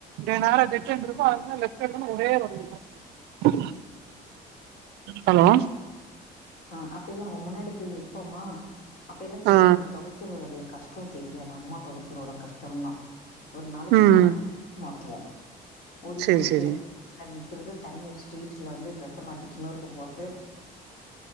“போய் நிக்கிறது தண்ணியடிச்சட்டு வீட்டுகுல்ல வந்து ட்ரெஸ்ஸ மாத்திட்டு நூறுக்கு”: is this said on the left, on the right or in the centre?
Left